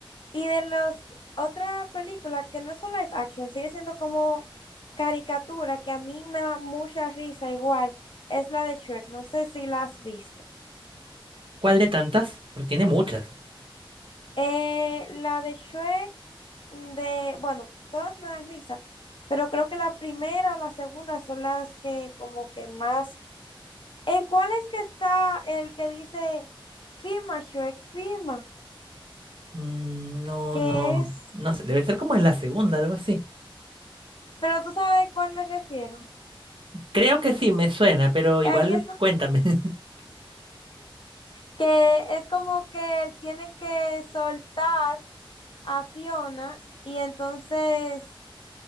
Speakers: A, on the left (about 65°); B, on the right (about 70°).
A: y de las otras películas que no son live action, sigue siendo como caricatura, que a mí me da mucha risa igual, es la de Shrek. No sé si la has visto.
B: ¿Cuál de tantas? Porque tiene muchas.
A: Eh, la de Shrek, mm, de, bueno, todas me dan risa, pero creo que la primera o la segunda son las que como que más... ¿En cuál es que está el que dice firma Shrek, firma?
B: Mm, No,
A: Que
B: no,
A: es...
B: no sé, debe ser como en la segunda, algo así.
A: Pero tú sabes a cuál me refiero.
B: Creo que sí, me suena, pero
A: Que
B: igual
A: ahí es
B: cuéntame. <laughs>
A: que es como que tienen que soltar a Fiona y entonces